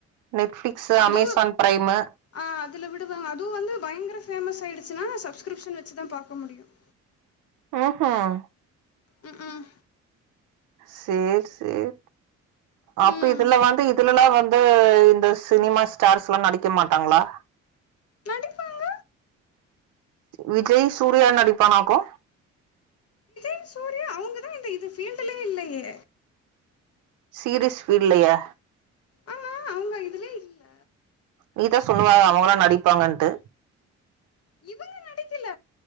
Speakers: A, on the right; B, on the left.
A: நெட்ஃபிளிக்ஸ்
B: அதுவு
A: அமேசான் பிரைமு
B: ஆ அதுல விடுவாங்க அதுவும் வந்து பயங்கர ஃபேமஸ் ஆயிடுச்சுன்னா சப்ஸ்கிரிப்ஷன் வச்சு தா பாக்க முடியும்
A: ம் ம்
B: ம் ம்
A: சேரி சேரி அப்ப
B: ம்
A: இதுல வந்து இதுலல்லா வந்து வந்து இந்த சினிமா ஸ்டார்ஸ்ல்லா நடிக்க மாட்டாங்களா
B: நடிப்பாங்க
A: விஜய் சூர்யா நடிப்பானாக்கு
B: விஜய் சூர்யா அவங்கதா இந்த இது பீல்டுலே இல்லையே
A: சீரீஸ் பீல்ட்லயா
B: ஆ அவங்க இதுலே இல்ல
A: நீதான் சொல்லுவ அவங்களா நடிப்பாங்கன்ட்டு
B: இவங்க நடிக்கல